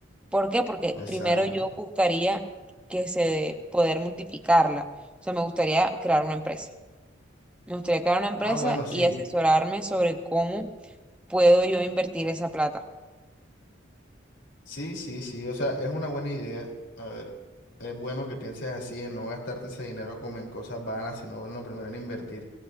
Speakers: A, in the centre; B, on the left.
A: ¿Por qué? Porque
B: exacto.
A: primero yo buscaría que se poder multiplicarla. O sea, me gustaría crear una empresa. Me gustaría crear una empresa
B: Ah, bueno, sí.
A: y asesorarme sobre cómo puedo yo invertir esa plata.
B: Sí, sí, sí, o sea, es una buena idea. A ver, es bueno que pienses así, en no gastarte ese dinero como en cosas vanas, sino en lo primero en invertir.